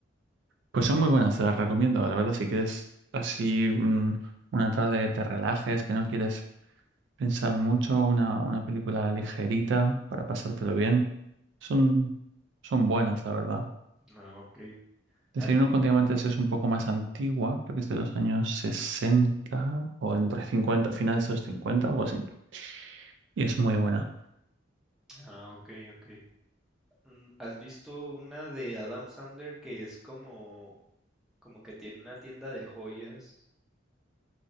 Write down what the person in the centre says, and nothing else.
Ah, ok.
¿Has vi-
Ah, ok, ok. Mm, ¿Has visto una de Adam Sandler que es como, como que tiene una tienda de joyas?